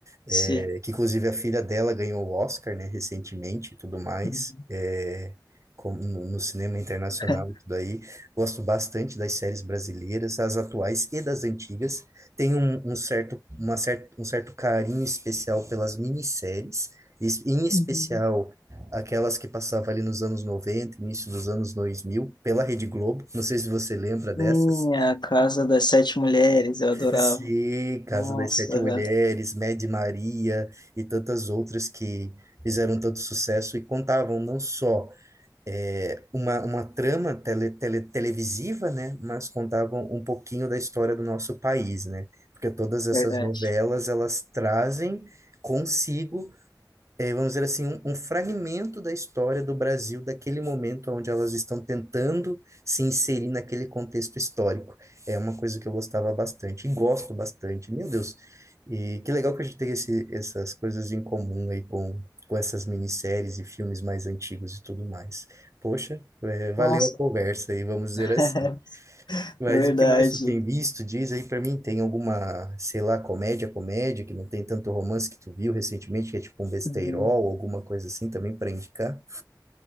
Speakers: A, on the right; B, on the left.
A: é,
B: Sim.
A: que inclusive a filha dela ganhou o Oscar, né, recentemente e tudo mais,
B: Uhum.
A: é, como no, no cinema internacional
B: <laughs>
A: e tudo aí. Gosto bastante das séries brasileiras, as atuais e das antigas. Tenho um, um certo, uma cer um certo carinho especial pelas minisséries, es- em especial
B: Uhum.
A: aquelas que passavam ali nos anos 90, início dos anos 2000, pela Rede Globo. Não sei se você lembra dessas.
B: Sim, a Casa das Sete Mulheres, eu adorava.
A: Sim, Casa
B: Nossa,
A: das Sete Mulheres,
B: é
A: Mad Maria e tantas outras que fizeram tanto sucesso e contavam não só eh, uma, uma trama tele, tele- televisiva, né, mas contavam um pouquinho da história do nosso país, né? Porque todas essas
B: verdade.
A: novelas, elas trazem consigo é, vamos dizer assim, um, um fragmento da história do Brasil, daquele momento onde elas estão tentando se inserir naquele contexto histórico. É uma coisa que eu gostava bastante e gosto bastante. Meu Deus, e que legal que a gente tem esse, essas coisas em comum aí com, com essas minisséries e filmes mais antigos e tudo mais. Poxa, é, valeu
B: Nossa,
A: a conversa aí, vamos dizer
B: <laughs>
A: assim. Mas
B: verdade.
A: o que mais tu tem visto, diz aí pra mim, tem alguma, sei lá, comédia, comédia, que não tem tanto romance que tu viu recentemente, que é tipo um besteirol,
B: Uhum.
A: alguma coisa assim também pra indicar?